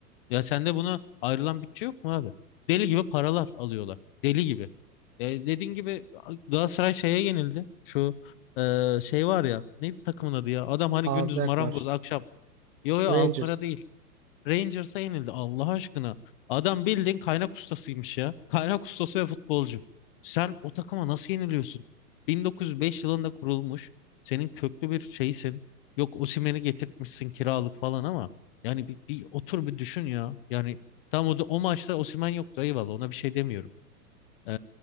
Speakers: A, on the left; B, on the right.
A: Ya sende buna ayrılan bütçe yok mu abi? Deli gibi paralar alıyorlar. Deli gibi. E, dediğin gibi Galatasaray şeye yenildi. Şu e, şey var ya neydi takımın adı ya? Adam hani
B: AZ
A: gündüz
B: Alkmaar,
A: marangoz akşam. Yo yo
B: Rangers,
A: Alkmaar'a değil. Rangers'a yenildi Allah aşkına. Adam bildiğin kaynak ustasıymış ya. Kaynak ustası ve futbolcu. Sen o takıma nasıl yeniliyorsun? 1905 yılında kurulmuş. Senin köklü bir şeysin. Yok Osimhen'i getirtmişsin kiralık falan ama yani bir, bir otur bir düşün ya. Yani tam o, o maçta Osimhen yoktu eyvallah ona bir şey demiyorum. Ee,